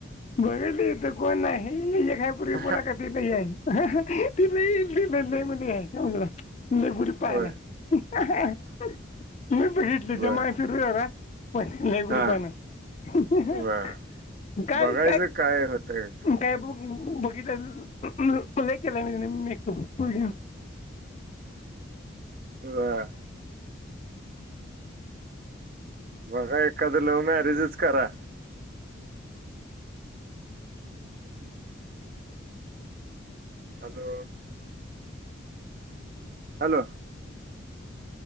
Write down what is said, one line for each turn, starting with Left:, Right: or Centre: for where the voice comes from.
Left: बघीतीली कोण नाही ते कायपूर्वी
Right: काय
Left: मुला कडची ती नाही आहे. ती नाही ती नाही म्हणेल यायला पायला
Right: होय
Left: नाही मी बघितलं
Right: बर
Left: जमाग फिरूया पण लाय गोरी
Right: हा
Left: पान हाय
Right: बर बघायचं काय होतंय
Left: काय ब बघितलंले केला म म ब <unintelligible>
Right: वा <unintelligible> बघा एखादं लव मॅरेजच करा. <inaudible> Hello, hello.